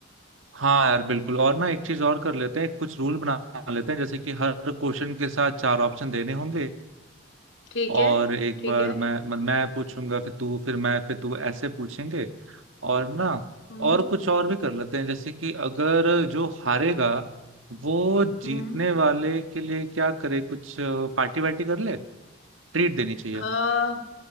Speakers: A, on the right; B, on the left.
A: हाँ यार बिल्कुल और ना एक चीज और कर लेते हैं कुछ रूल बना लेते हैं जैसे कि हर क्वेश्चन के साथ चार ऑप्शन देने होंगे
B: ठीक
A: और
B: है
A: एक
B: ठीक
A: बार
B: है
A: मैं मत- मैं पूछूंगा फिर तू फिर मैं फिर तू ऐसे पूछेंगे और ना
B: हम्म
A: और कुछ और भी कर लेते हैं जैसे कि अगर जो हारेगा वो जीतने
B: हम्म
A: वाले के लिए क्या करे कुछ पार्टी वार्टी कर ले ट्रीट देनी चाहिए
B: आ,